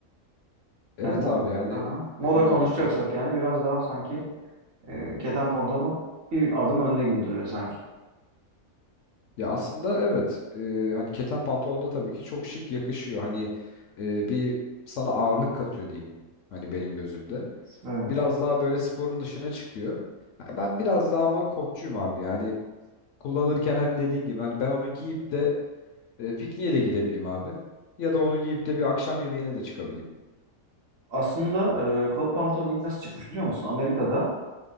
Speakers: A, on the left (about 65°); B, on the right (about 70°).
A: Evet
B: Yani mo
A: abi yani
B: Aha. moda
A: e,
B: konuşacaksak
A: ya,
B: yani biraz daha sanki e, keten pantolon bir adım önde gibi duruyor sanki.
A: ya aslında evet E, hani keten pantolon da tabii ki çok şık yakışıyor. Hani e, bir sana ağırlık katıyor diyeyim hani benim gözümde.
B: Evet.
A: Biraz daha böyle sporun dışına çıkıyor. Ha, Ben biraz daha ama kotçuyum abi yani kullanırken hem dediğin gibi hani ben onu giyip de E, pikniğe de gidebileyim abi. Ya da onu giyip de bir akşam yemeğine de çıkabileyim.
B: Aslında e, kot pantolon ilk nasıl çıkmış biliyor musun? Amerika'da